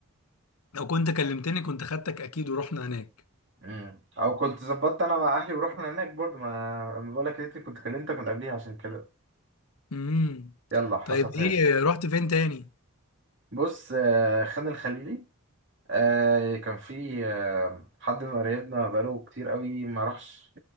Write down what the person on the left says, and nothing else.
لو كنت كلمتني كنت خدتك اكيد ورحنا هناك
امم
طيب
ايه رحت فين تاني